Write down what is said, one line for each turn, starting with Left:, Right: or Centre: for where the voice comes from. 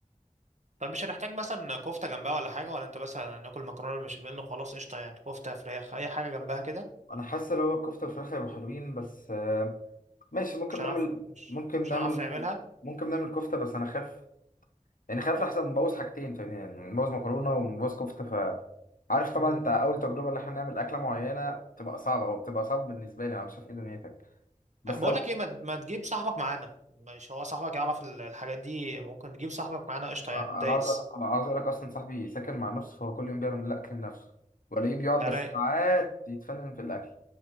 Right: طب مش هنحتاج مثلا كفته جنبها ولا حاجه ولا انت بس ناكل مكرونه بالبشاميل وخلاص قشطه يعني كفته فراخ اي حاجه جنبها كده
Left: انا حاسس ان هو الكفته والفراخ هيبقوا حلوين بس آه، ماشي ممكن
Right: مش هنعرف
Left: نعمل
Right: مش,
Left: ممكن
Right: مش
Left: نعمل
Right: هنعرف نعملها
Left: ممكن نعمل كفته بس انا خاف يعني خاف لحسن نبوظ حاجتين فاهمني يعني نبوظ مكرونه ونبوظ كفته ف عارف طبعا
Right: مم.
Left: انت اول تجربه اللي احنا نعمل اكله معينه بتبقى صعبه او بتبقى صعب بالنسبه لي انا مش عارف ايه دنيتك بس
Right: بقول
Left: لو
Right: لك ايه ما ما تجيب صاحبك معانا مش هو صاحبك يعرف ال- الحاجات دي ممكن تجيب صاحبك معانا قشطه
Left: انا
Right: يعني دايس
Left: عاوز أقول- انا عاوز اقول لك اصلا صاحبي ساكن مع نفسه فهو كل يوم بيعمل الاكل لنفسه ولاقيه بيقعد
Right: ده
Left: بالساعات
Right: رايق
Left: يتفنن في الاكل